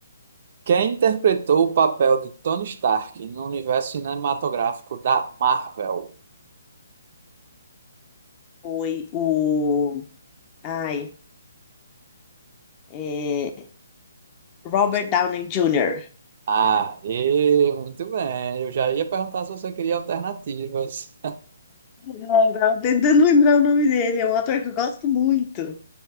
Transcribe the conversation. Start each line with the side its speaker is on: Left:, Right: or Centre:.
Right: Quem interpretou o papel de Tony Stark no universo cinematográfico da Marvel?
Left: Foi o. Ai. é, Robert
Right: Sim.
Left: Downey Jr.
Right: Ah, e muito bem, eu já ia perguntar se você queria alternativas.
Left: Eu tava tentando lembrar o nome dele. É um ator que eu gosto muito.